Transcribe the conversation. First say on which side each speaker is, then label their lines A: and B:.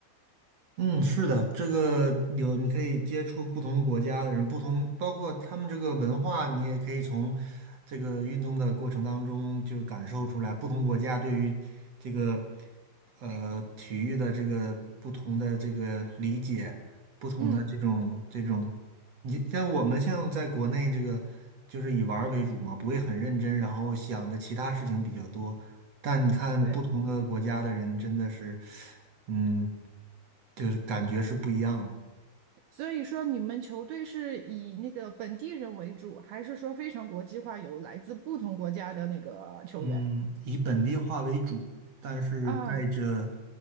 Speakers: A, on the right (about 45°); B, on the right (about 80°).
A: 嗯，是的，这个有你可以接触不同国家的人，不同包括他们这个文化，你也可以从这个运动的过程当中就感受出来，不同国家对于这个呃体育的这个不同的这个理解，不同的这种这种。
B: 嗯，
A: 你像我们像在国内这个，就是以玩儿为主嘛，不会很认真，
B: 对
A: 然后想的其他事情比较多。但你看不同的国家的人，
B: 对。
A: 真的是，嗯，就是感觉是不一样的。
B: 所以说，你们球队是以那个本地人为主，还是说非常国际化，有来自不同国家的那个球员？
A: 嗯，以本地化为主，但是带着，
B: 啊